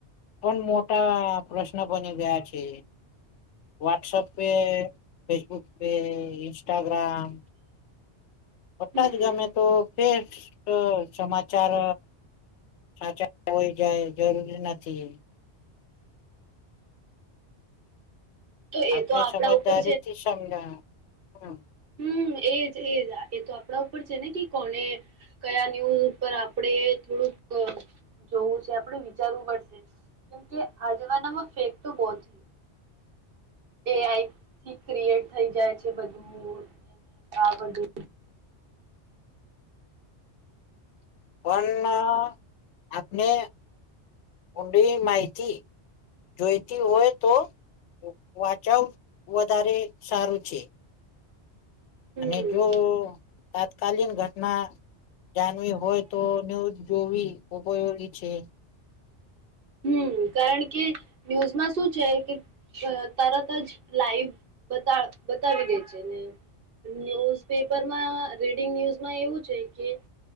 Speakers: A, on the left (about 80°); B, on the right (about 55°).
A: પણ મોટા પ્રશ્ન બની ગયા છે. વોટ્સએપ પે ફેસબુક પે ઇન્સ્ટાગ્રામ પટાચ
B: હમ
A: ગમે તો ટેક્સ સમાચાર સાચા હોય જાય જરૂરી નથી એ.
B: તો એ
A: આપને
B: તો આપણા
A: સમજદારીથી
B: ઉપર
A: સમજણ હમ્મ.
B: હમ્મ એજ એજ એ તો આપણા ઉપર છે ને કે કોને- કયા ન્યૂઝ ઉપર આપડે થોડુંક જોવું છે આપડું વિચારવું પડશે- કેમ કે આ જમાનામાં ફેક તો બહુ છે. એ આઈ થી ક્રિએટ થઈ જાય છે બધું આ બધું
A: પણ આપને કોંડી માહિતી જોઈતી હોય તો વાચવ વધારે સારું છે.
B: હમ
A: અને જો તાત્કાલીન ઘટના. જાણવી હોય તો ન્યૂઝ જોવી ઉપયોગી છે
B: હમ કારણ કે ન્યૂઝમાં શું છે. કે- અ તરત જ લાઈવ બતા બતાવી દે છે ને- ન્યુઝ પેપરમાં રીડિંગ ન્યુઝમાં એવું છે કે-